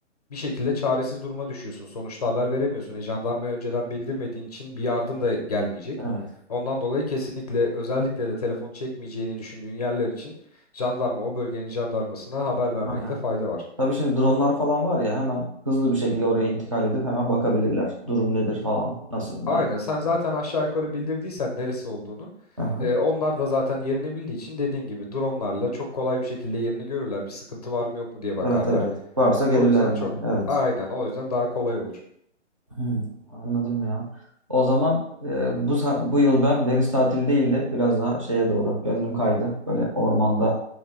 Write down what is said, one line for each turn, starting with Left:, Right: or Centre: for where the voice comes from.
Left: bir şekilde çaresiz duruma düşüyorsun. Sonuçta haber veremiyorsun. E, jandarmaya önceden bildirmediğin için bir yardım da gelmeyecek.
Right: Evet,
Left: Ondan dolayı kesinlikle özellikle de telefonu çekmeyeceğini düşündüğün yerler için jandarma o bölgenin jandarmasına haber vermekte
Right: aynen.
Left: fayda var.
Right: Tabii şimdi dronlar falan var ya hemen hızlı bir şekilde oraya intikal edip hemen bakabilirler. Durum nedir falan, nasıl
Left: Aynen
Right: durum falan
Left: sen zaten
Right: diye.
Left: aşağı yukarı bildirdiysen neresi olduğunu
Right: Aha.
Left: e, onlar da zaten yerini bildiği için dediğin gibi dronlarla çok kolay bir şekilde yerini görürler. Bir sıkıntı var mı yok mu diye bakarlar.
Right: Evet evet. Varsa gelirler
Left: O yüzden
Right: hemen.
Left: çok
Right: Evet.
Left: aynen o yüzden daha kolay olur.
Right: Hmm, anladım ya. O zaman e, bu sa- bu yıl ben deniz tatili değil de biraz daha şeye doğru gönlüm kaydı. Böyle ormanda